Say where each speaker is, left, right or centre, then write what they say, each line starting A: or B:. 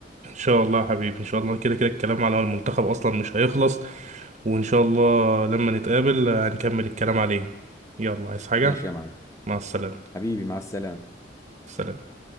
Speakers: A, on the right (about 40°); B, on the left (about 15°).
A: ان شاء الله يا حبيبي ان شاء الله كده كده الكلام على المنتخب اصلا مش هيخلص وان شاء الله لما نتقابل آه، هنكمل الكلام عليه يلا عايز حاجة
B: ماشي يا معلم
A: مع السلامة
B: حبيبي مع السلامه
A: سلام